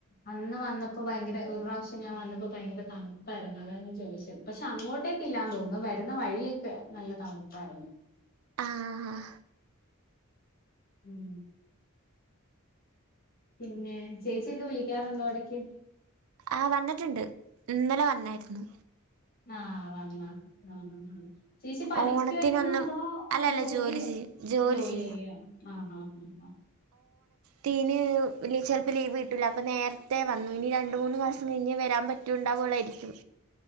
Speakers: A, on the left; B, on the right.
A: അന്ന് വന്നപ്പോ ഭയങ്കര ഒരു പ്രാവശ്യം ഞാൻ വന്നപ്പോ ഭയങ്കര തണുപ്പായിരുന്നു അതാഞാൻ ചോദിച്ചത് പക്ഷെ അങ്ങോട്ടേക്കല്ലാന്ന് തോന്നുന്നു വരുന്ന വഴിയൊക്കെ നല്ല തണുപ്പായിരുന്നു
B: ആഹ്
A: ഉം പിന്നെ ചേച്ചിഒക്കെ വിളിക്കാറുണ്ടോ എടക്ക്
B: ആ വന്നിട്ടുണ്ട് ഇന്നലെ വന്ന ഉണ്ടായിരുന്നു
A: ആ വന്ന് ആ ചേച്ചി പഠിക്കുവായിരുന്നോ
B: ഓണത്തിനൊന്നും
A: അതോ
B: അല്ലല്ല
A: ജോലി
B: ചെയ്യും
A: ജോലി
B: ചെയ്യും
A: ചെയ്യ ആ ആ
B: തീന് ചിലപ്പോ ലീവ് കിട്ടൂല അപ്പൊ നേരത്തെ വന്നു ഇനി രണ്ട് മൂന്ന് മാസം കഴിഞ്ഞ് വരാൻ പറ്റൂണ്ടാവോള്ളായിരിക്കും